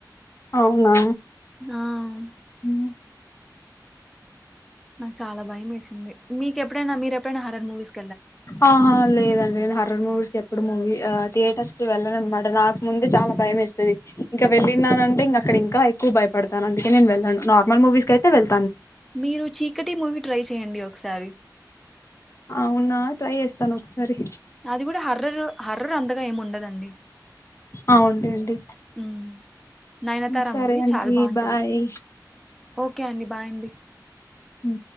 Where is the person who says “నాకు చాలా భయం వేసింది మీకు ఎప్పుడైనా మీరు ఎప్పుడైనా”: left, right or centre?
Centre